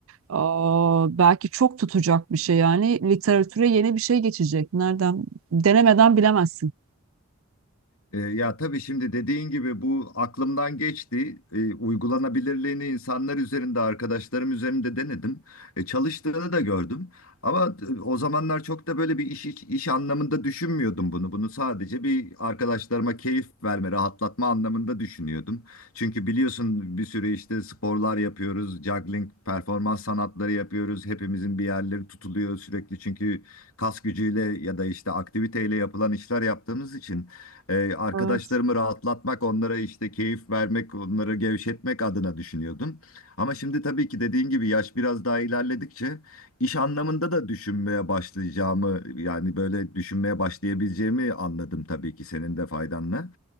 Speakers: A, on the right; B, on the left.
A: aa, belki çok tutacak bir şey yani. Literatüre yeni bir şey geçecek. Nereden? Denemeden bilemezsin.
B: E, ya tabii şimdi dediğin gibi bu aklımdan geçti. E, uygulanabilirliğini insanlar üzerinde, arkadaşlarım üzerinde denedim. E, çalıştığını da gördüm. Ama e, o zamanlar çok da böyle bir iş, iş, iş anlamında düşünmüyordum bunu. Bunu sadece bir arkadaşlarıma keyif verme, rahatlatma anlamında düşünüyordum. Çünkü biliyorsun bir sürü işte sporlar yapıyoruz, juggling, performans sanatları yapıyoruz. Hepimizin bir yerleri tutuluyor sürekli çünkü kas gücüyle ya da işte aktiviteyle yapılan işler yaptığımız için. Ee, arkadaşlarımı
A: Evet.
B: rahatlatmak, onlara işte keyif vermek, onları gevşetmek adına düşünüyordum. Ama şimdi tabii ki dediğin gibi yaş biraz daha ilerledikçe iş anlamında da düşünmeye başlayacağımı yani böyle düşünmeye başlayabileceğimi anladım tabii ki senin de faydanla.